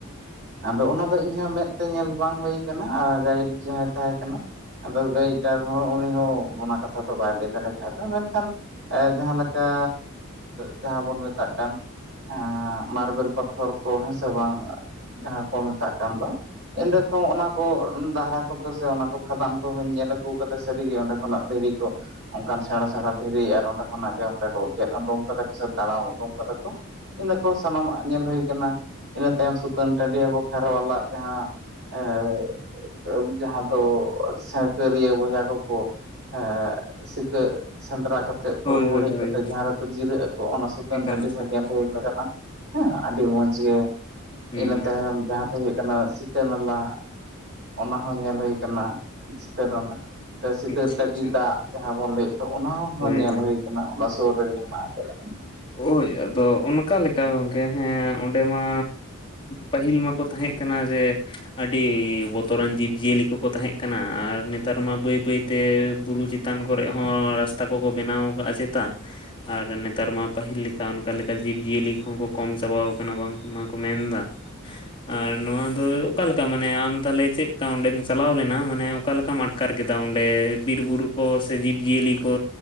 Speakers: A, on the right; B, on the left.
A: ᱟᱫᱚ ᱚᱱᱟ ᱫᱚ ᱤᱧᱦᱚ ᱢᱮᱫᱛᱮ ᱧᱮᱞ ᱵᱟᱝ ᱦᱩᱭ ᱠᱟᱱᱟ ᱟᱨ ᱜᱟᱭᱤᱰ ᱡᱟᱦᱟᱸᱭ ᱛᱟᱦᱮᱸ ᱠᱟᱱᱟ ᱾ ᱟᱫᱚ ᱜᱟᱹᱭᱰ ᱟᱨ ᱦᱚᱸ ᱩᱱᱤ ᱦᱚᱸ ᱚᱱᱟ ᱠᱟᱛᱷᱟ ᱫᱚ ᱵᱟᱭ ᱞᱟᱹᱭ ᱫᱟᱲᱮ ᱠᱟᱣᱫᱟ ᱢᱮᱱᱠᱷᱟᱱ ᱾ ᱮ ᱡᱟᱦᱟᱸᱞᱮᱠᱟ ᱡᱟᱦᱟᱸ ᱵᱚᱱ ᱢᱮᱛᱟᱜ ᱠᱟᱱ ᱾ ᱢᱟᱨᱵᱮᱞ ᱯᱟᱛᱷᱚᱨ ᱠᱚ ᱦᱮᱸᱥᱮ ᱵᱟᱝ ᱡᱟᱦᱟᱸ ᱠᱚ ᱢᱮᱛᱟᱜ ᱠᱟᱱ ᱫᱚ ᱾ ᱮᱸᱰᱮ ᱠᱷᱚᱱ ᱚᱱᱟ ᱠᱚ ᱫᱟᱦᱟᱨᱟ ᱠᱚᱫᱚ ᱥᱮ ᱚᱱᱟ ᱠᱚ ᱠᱷᱟᱫᱟᱱ ᱠᱚᱦᱚᱧ ᱧᱮᱞ ᱟᱹᱜᱩ ᱾ ᱛᱚ ᱯᱮ ᱥᱟᱹᱨᱤ ᱜᱮ ᱚᱸᱰᱮ ᱠᱷᱚᱱᱟᱜ ᱫᱷᱤᱨᱤ ᱠᱚ ᱚᱱᱠᱟᱱ ᱥᱮᱬᱟ ᱥᱮᱬᱟ ᱾ ᱫᱷᱤᱨᱤ ᱟᱨ ᱚᱸᱰᱮ ᱠᱷᱚᱱᱟᱜ ᱜᱮ ᱚᱱᱠᱟ ᱠᱚ ᱜᱮᱫ ᱩᱰᱩᱝ ᱠᱟᱫᱟ ᱠᱚ ᱥᱮ ᱛᱟᱲᱟᱢ ᱩᱰᱩᱝ ᱠᱟᱫᱟ ᱠᱚ ᱾ ᱤᱱᱟᱹ ᱠᱚᱦᱚᱸ ᱥᱟᱱᱟᱢᱟᱜ ᱧᱮᱞ ᱦᱩᱭ ᱟᱠᱟᱱᱟ ᱤᱱᱟᱹ ᱛᱟᱭᱚᱢ ᱥᱩ ᱾ ᱥᱩᱛᱟᱹᱱ ᱴᱟᱺᱰᱤᱭᱟᱹᱵᱚ ᱠᱷᱮᱨᱣᱟᱞᱟᱜ ᱡᱟᱦᱟᱸ ᱾ ᱡᱟᱦᱟᱸ ᱫᱚ ᱥᱟᱠᱟᱹᱨᱤᱭᱟᱹ ᱵᱚᱭᱦᱟ ᱠᱚᱠᱚ ᱮ ᱥᱤᱠᱟᱹᱜ ᱾ ᱥᱮᱸᱫᱽᱨᱟ ᱠᱟᱛᱮᱫ ᱠᱚ
B: ᱦᱳᱭ
A: ᱨᱩᱣᱟᱹᱲ
B: ᱦᱳᱭ
A: ᱦᱮᱡ ᱠᱟᱛᱮ
B: ᱦᱳᱭ
A: ᱡᱟᱦᱟᱸ ᱨᱮᱠᱚ ᱡᱤᱨᱟᱹᱜ ᱟᱠᱚ ᱚᱱᱟ ᱥᱩᱛᱟᱹᱱ
B: ᱮᱠᱟᱞ
A: ᱴᱟᱺᱰᱤ
B: ᱮᱠᱟᱞ
A: ᱦᱚᱸ ᱧᱮᱞ ᱦᱩᱭ ᱠᱟᱱᱟ ᱾ ᱦᱮᱸ ᱟᱹᱰᱤ ᱢᱚᱸᱡᱽ ᱜᱮ
B: ᱦᱩᱸ
A: ᱤᱱᱟᱹ ᱛᱟᱭᱱᱚᱢ ᱡᱟᱦᱟᱸ ᱫᱚ ᱦᱩᱭᱩᱜ ᱠᱟᱱᱟ ᱥᱤ ᱾ ᱥᱤᱛᱟᱹ ᱱᱟᱞᱟ ᱚᱱᱟ ᱦᱚᱸ ᱧᱮᱞ ᱦᱩᱭ ᱟᱠᱟᱱᱟ ᱥᱤᱛᱟᱹ ᱱᱟᱞᱟ ᱾ ᱥᱤᱛᱟᱹᱨ
B: ᱟᱪᱪᱷᱟ
A: ᱰᱟᱹᱰᱤ
B: ᱟᱪᱪᱷᱟ
A: ᱫᱟᱜ ᱡᱟᱦᱟᱸ ᱵᱚᱱ ᱞᱟᱹᱭ ᱮᱫ ᱫᱚ ᱚᱱᱟ ᱦᱚᱸ
B: ᱦᱳᱭ
A: ᱧᱮᱞ
B: ᱦᱳᱭ
A: ᱦᱩᱭ ᱾ ᱚᱱᱟ ᱚᱱᱟ ᱥᱚᱨ ᱨᱮᱜᱮ ᱢᱮᱱᱟᱜ ᱟᱠᱟᱫᱟ ᱾
B: ᱦᱳᱭ ᱟᱫᱚ ᱚᱱᱟ ᱾ ᱚᱠᱟ ᱞᱮᱠᱟ ᱜᱚᱝᱠᱮ ᱦᱮᱸ ᱚᱸᱰᱮ ᱢᱟ ᱯᱟᱹᱦᱤᱞ ᱢᱟᱠᱚ ᱛᱟᱦᱮᱸᱡ ᱠᱟᱱᱟ ᱡᱮ ᱾ ᱟᱹᱰᱤ ᱵᱚᱛᱚᱨᱟᱱ ᱡᱤᱵᱽᱡᱤᱭᱟᱹᱞᱤ ᱠᱚᱠᱚ ᱛᱟᱸᱦᱮᱡ ᱠᱟᱱᱟ ᱟᱨ ᱱᱮᱛᱟᱨ ᱢᱟ ᱵᱟᱹᱭ ᱵᱟᱹᱭ ᱛᱮ ᱵᱩᱨᱩ ᱪᱤᱛ ᱾ ᱛᱟᱱ ᱠᱚᱨᱮ ᱦᱚᱸ ᱨᱟᱥᱛᱟ ᱠᱚᱠᱚ ᱵᱮᱱᱟᱣ ᱟᱠᱟᱜᱼᱟ ᱪᱮᱛᱟ ᱟᱨ ᱱᱮᱛᱟᱨ ᱢᱟ ᱾ ᱯᱟᱦᱤᱞ ᱞᱤᱠᱟ ᱚᱱᱠᱟ ᱞᱮᱠᱟ ᱡᱤᱵᱽᱡᱤᱭᱟᱹᱞᱤ ᱠᱚᱦᱚᱸ ᱠᱚ ᱠᱚᱢ ᱪᱟᱵᱟᱣ ᱟᱠᱟᱱᱟ ᱵᱟᱝ ᱠᱚ ᱢᱟ ᱠᱚ ᱢᱮᱱᱫᱟ ᱾ ᱟᱨ ᱱᱚᱣᱟ ᱫᱚ ᱚᱠᱟᱞᱮᱠᱟ ᱢᱟᱱᱮ ᱟᱢ ᱛᱟᱞᱮ ᱪᱮᱫ ᱠᱟ ᱚᱸᱰᱮᱢ ᱪᱟᱞᱟᱣ ᱞᱮᱱᱟ ᱢᱟᱱᱮ ᱚᱠᱟᱞᱮᱠᱟᱢ ᱟᱴᱠᱟᱨ ᱠᱮᱸᱫᱟ ᱾ ᱰᱮ ᱵᱤᱨ ᱵᱩᱨᱩ ᱠᱚ ᱥᱮ ᱡᱤᱵᱽᱡᱤᱭᱟᱹᱞᱤ ᱠᱚ